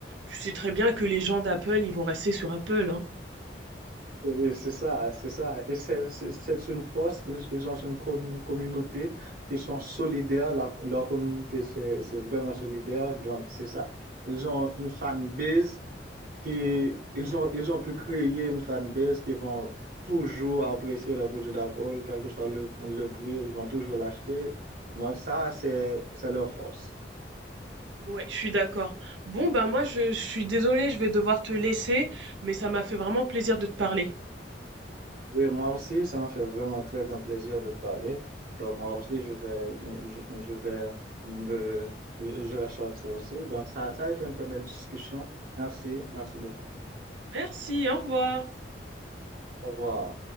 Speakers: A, on the right (about 85°); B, on the right (about 50°).
A: tu sais très bien que les gens d'Apple, ils vont rester sur Apple, hein.
B: Et C'est ça, c'est ça. Et c'est c'est- c'est une force. Ils, ils ont une commu- communauté qui sont solidaires. La- leur communauté, c'est c'est vraiment solidaire. Donc, c'est ça. Ils ont une fanbase qui, ils ont, ils ont pu créer une fanbase qui vont toujours apprécier le produit d'Apple, quel que soit le, le prix, ils vont toujours l'acheter. Donc, ça, c'est, c'est leur force.
A: Ouais, je suis d'accord. Bon, bah moi, je, je suis désolée, je vais devoir te laisser, mais ça m'a fait vraiment plaisir de te parler.
B: Oui, moi aussi, ça m'a fait vraiment très grand plaisir de te parler. Donc, moi aussi, je vais, je, je vais me, je je vais sortir aussi. Donc, ça, ça a été une très belle discussion. Merci, merci beaucoup.
A: Merci, au revoir.
B: Au revoir.